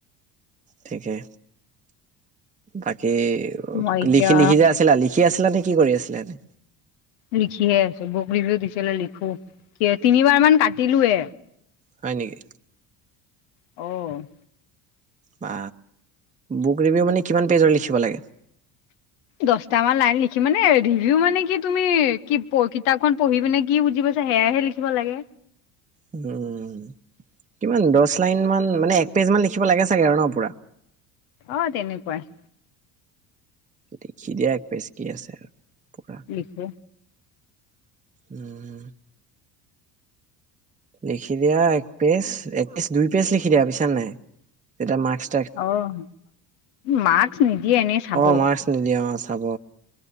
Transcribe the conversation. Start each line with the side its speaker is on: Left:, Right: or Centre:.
Right: ঠিকে, বাকী
Left: মই এতিয়া
Right: লিখি লিখি যে আছিলা লিখি খি আছিলা নে কি কৰি আছিলা এনে?
Left: লিখিয়ে আছো। বুক ৰিভিউ দিছিলে লিখো। কি তিনিবাৰ মান কাটিলোয়ে।
Right: হয় নেকি।
Left: অ'।
Right: বা, বুক ৰিভিউ মানে কিমান পেজৰ লিখিব লাগে?
Left: দছটা মান লাইন লিখি মানে ৰিভিউ মানে কি তুমি, কি কিতাপখন পঢ়ি কিনে কি বুজি পাইছা সেয়াহে লিখ ব লাগে।
Right: উম, কিমান দছ লাইন মান মানে, এক পেজ মান লিখিব লাগে চাগে আৰু ন পুৰা।
Left: অ', তেনেকুৱাই।
Right: লিখিদিয়া এক পেজ কি আছে আৰু। পুৰা।
Left: লিখো।
Right: উ, উ। লিখি দিয়া এক পেজ, এক পেজ দুই পেজ লিখি দিয়া বুইছানে নাই। তেতিয়া মাৰ্ক্স
Left: অ', মাস্ক নিদিয়ে এনেই চাব।
Right: অ মাৰ্কচ নিদিয়ে অ', চাব।